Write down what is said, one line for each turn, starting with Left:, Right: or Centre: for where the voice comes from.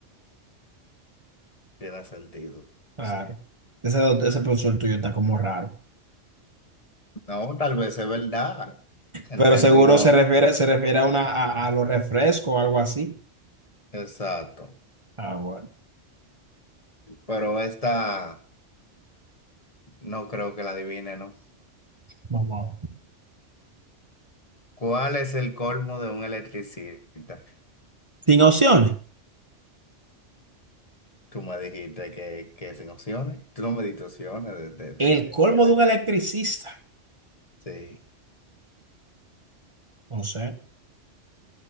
Left: tiene sentido,
Right: Claro.
Left: sí.
Right: Ese, ese profesor tuyo está como raro.
Left: No, tal vez es verdad, en
Right: Pero
Left: términos
Right: seguro se refiere, se refiere a una a, a los refrescos o algo así.
Left: exactos,
Right: Ah, bueno.
Left: pero esta no creo que la adivine, ¿no?
Right: Vamos a ver.
Left: ¿Cuál es el colmo de un electricista?
Right: Sin opciones.
Left: Tú me dijiste que, que sin opciones, tú no me diste opciones de, de, de,
Right: El
Left: de,
Right: colmo
Left: de la...
Right: de un electricista.
Left: Sí,
Right: No sé.